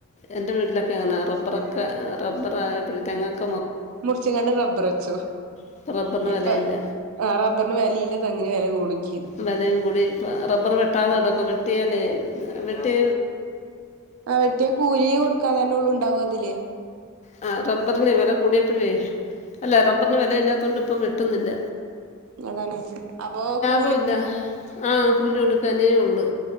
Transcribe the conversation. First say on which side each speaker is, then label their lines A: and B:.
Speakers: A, on the left; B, on the right.
A: എന്റെ വീട്ടിലൊക്കെ അങ്ങനാ റബ്ബറൊക്കെ റബ്ബറായപ്പഴും തെങ്ങൊക്
B: മുറിച്ചങ്ങാണ്ട് റബ്ബർ വെച്ചു
A: ഇപ്പം റബ്ബറിന്
B: ഇപ്പൊ
A: വിലയില്ല
B: ആ റബ്ബറിന് വെലയില്ല തെങ്ങി ന് വെല കൂടും ചെ
A: വെലയും കൂടി ഇപ്പോ റബ്ബർ വെട്ടാതെ കിടക്കുവ വെട്ടിയാല്ലേ വെട്ടി
B: ആ വെട്ടിയ കൂലി കൊടുക്കാൻ തന്നെ ഉള്ളു ഉണ്ടാവും അതില്
A: ആ റബ്ബറിന് വെല കൂടിയപ്പോഴേ അല്ല റബ്ബറിന് വെലയില്ലാതോണ്ട് ഇ ഇപ്പം വെട്ടുന്നില്ല
B: ളതാണെ അപ്പോ കൂ
A: പുല്ല ആ കൂലികൊടുക്കാനേ ഒള്ള്